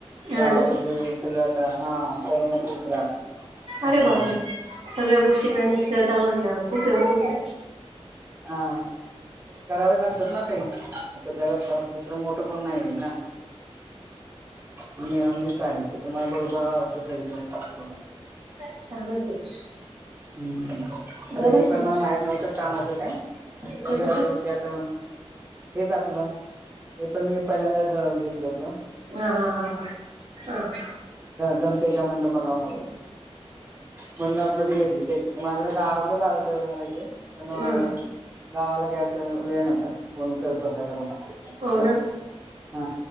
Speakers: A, on the right; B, on the right.
A: हा
B: गावाकड
A: ना
B: सगळ्यात हा. <inaudible>
A: अरे
B: असं
A: बापरे.
B: झालं.
A: सगळ्या गोष्टी मॅनेज करता म्हटल्यावर खूप. हो तुमच्या
B: हा करावेच लागतात ना ते. आ घरात असतो. दुसरा मोठ कोण नाही आहे ना. मीच आहे ते म बघ बघावं लागत सगळी कडे.
A: छानच आहे
B: हम्म आता
A: झाला
B: हे.
A: स्वयंपाक
B: पण मला माहीत नव्हतं कामाचं काय. तर
A: कशाचा
B: त्यात. हेच आपलं. हे पण मी पहिल्यांदाच घेतलं होत.
A: हा. हा. हा. हा. ह हा.
B: जमतय का म्हणलं बघाव. म्हणून मी आपलं ते घेतलं ते मागडे गावाकडे झालत मला ते पण
A: हम्म
B: गावाला गॅस मिळत नव्हता. कोण करत बसायला कोणा
A: हो
B: अता
A: ना
B: हा